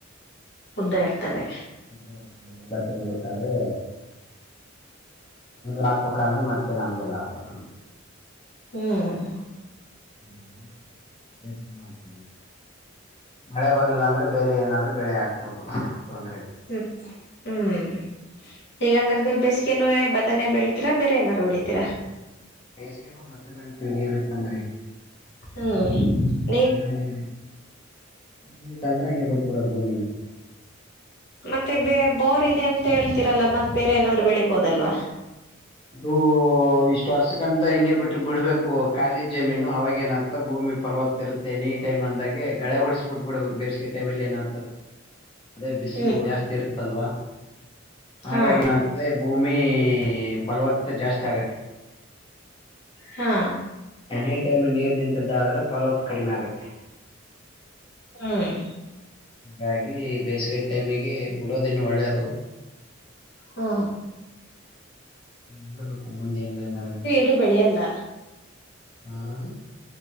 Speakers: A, on the left; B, on the left.
A: ಉದ್ದ ಇರ್ತವೆ
B: <unintelligible> ಬಾದ್ರೆ ಹಾಕ್ಬೇಕಂದ್ರೆ ಮತ್ತೆ ನಮ್ಗೆ ಲಾಸ್ ಅದು
A: ಹ್ಮ್
B: <unintelligible> ಮಾಡ್ತ ಮಳೆ ಬರಲ್ಲ ಅಂದ್ರೆ ಬೇರೆ ಏನಾದ್ರೆ ಬೆಳೆ ಹಾಕ್ಬೋದು ತೊಂದ್ರರೆಲ್ಲಾ
A: ಹ್ಮ್ ಹ್ಮ್ ಈಗಂಗ್ರ ನೀವು ಬೇಸ್ಗೆಲ್ಲ ಬಟನೆ ಬೆಳಿತೀರಾ ಬೇರೆ ಏದಾರು ಬೆಳಿತೀರಾ
B: ಬೇಸಿಗೆಗೂ ಭತ್ತ ಬೇಳಿತೀವಿ ನೀರ್ ಇತ್ತಂದ್ರೆ
A: ಹ್ಮ
B: ಕಾಲುವೆ ನೀರಿ ನೀರಿಲ ಅಂದ್ರೆ ಹಂಗೆ ಬಿಟ್ಬಿಡದ ಭೂಮಿನ
A: ಮತ್ತೆ ಬ ಬೋರ್ ಇದೆ ಅಂತ ಹೇಳ್ತರಲ್ಲ ಮತ್ ಬೇರೆ ಏನಾದ್ರು ಬೆಳಿಬೋದಲ್ವಾ
B: ಅದು ಇಷ್ಟು ವರ್ಷಕ್ಕಂತ ಹಿಂಗೆ ಬಿಟ್ಟ ಬಿಡ್ಬೇಕು ಕಾಲಿದ ಜಮೀನು ಅವಾಗ ಏನಾಗತದ ಭೂಮಿ ಫಲವತ್ತಿರುತ್ತೆ ಎನ ಟಮ್ ಅಂದಾಗ ಗಳೆಓಡಸಿ ಬಿಟ್ಬಿಡ ಬೇಸಿಗೆ ಟೈಮಲ್ಲಿ ಏನ್ತದೆ ಅದೇ ಬಿಸಿಲು
A: ಹ್ಮ್
B: ಜಾಸ್ತಿ ಇರುತ್ತಲ್ವಾ ಹಾಗಾಗಿ
A: ಹಾ
B: ನಾ ಅದೇ ಭೂಮಿ ಫಲವತ್ತ ಜಾಸ್ತಿ ಆಗತ್ತೆ
A: ಹಾ
B: ಎನಿ ಟೈಮ್ ನೀರ್ ನಿಂತದ್ದಾದ್ರೆ ಫಲವತ್ತುತ್ ಕಡಿಮೆ ಆಗುತ್ತೆ
A: ಹ್ಮ್
B: ಹೀಗಾಗಿ ಬೇಸಿಗೆ ಟೈಮಿಗೆ ಬಿಡೋದ ಇನ್ನು ಒಳ್ಳೇದು
A: ಹಾ
B: ನೋಡ್ಬೇಕು ಮುಂದೆ ಹೆಂಗ್ ಹೆಂಗ ಆಗತ್ತ
A: ಇ ಬೆಳೆಯಲ್ಲ
B: ಹ್ಮ್